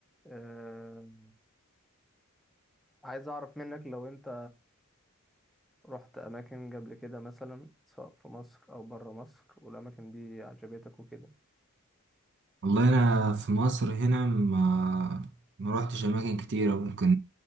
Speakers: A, in the centre; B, on the right.
A: أه عايز أعرف منك لو أنت رحت أماكن قبل كده مثلا سواء في مصر أو برا مصر والأماكن دي عجبتك وكده
B: والله انا في مصر هنا ما ما روحتش اماكن كتيره ممكن